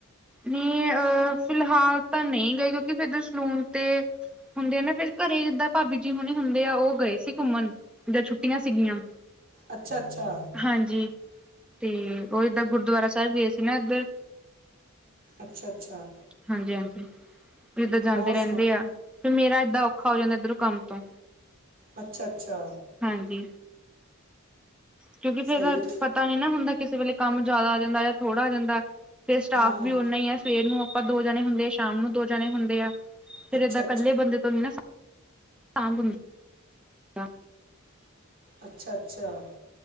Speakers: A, in the centre; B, on the right.
A: ਨਹੀਂ ਅਹ ਫਿਲਹਾਲ ਤਾਂ ਨਹੀਂ ਗਏ ਕਿਉਂਕਿ ਇਧਰ ਸੈਲੂਨ ਤੇ ਹੁੰਦੇ ਆ ਨਾ ਫਿਰ ਘਰੇ ਜਿੰਦਾਂ ਭਾਬੀ ਜੀ ਹੁਣੀ ਹੁੰਦੇ ਆ ਉਹ ਗਏ ਸੀ ਘੁੰਮਣ। ਛੁੱਟੀਆਂ ਸੀਗੀਆਂ।
B: ਅੱਛਾ ਅੱਛਾ।
A: ਹਾਂਜੀ ਤੇ ਉਹ ਏਦਾਂ ਗੁਰਦੁਆਰਾ ਸਾਹਿਬ ਗੇ ਸੀ ਨਾ ਇੱਧਰ।
B: ਅੱਛਾ ਅੱਛਾ
A: ਹਾਂਜੀ ਹਾਂਜੀ। ਇੱਦਾ ਜਾਂਦੇ
B: ਹੋਰ
A: ਰਹਿੰਦੇ
B: ਸੁਣਾ
A: ਆਂ। ਫ ਮੇਰਾ ਏਦਾਂ ਔਖਾ ਹੋ ਜਾਂਦੈ ਇੱਧਰ ਕੰਮ ਤੋਂ।
B: ਅੱਛਾ ਅੱਛਾ।
A: ਹਾਂਜੀ ਕਿਉਂਕਿ ਫੇਰ
B: ਸਹੀ
A: ਪਤ
B: ਹੈ
A: ਪਤਾ ਨੀ ਨਾ ਹੁੰਦਾ ਕਿਸੇ ਵੇਲੇ ਕੰਮ ਜਾਦਾ ਆ ਜਾਂਦਾ ਤਾਂ ਥੋੜ੍ਹਾ ਆ ਜਾਂਦਾ। ਫੇਰ ਸਟਾਫ
B: ਹਾਂ ਹਾਂ
A: ਵੀ ਉਨਾਂ ਹੀ ਐ, ਸਵੇਰ ਨੂੰ ਆਪਾਂ ਦੋ ਜਾਣੇ ਹੁੰਦੇ, ਸ਼ਾਮ ਨੂੰ ਦੋ ਜਾਣੇ ਹੁੰਦੇ ਆ। ਫਿਰ
B: ਅੱਛਾ
A: ਏਦਾਂ ਇਕੱਲੇ
B: ਅੱਛਾ
A: ਬੰਦੇ ਤੋਂ ਨੀ ਨਾ ਸਾਂਭ <inaudible> ਹੁੰਦਾ।
B: ਅੱਛਾ ਅੱਛਾ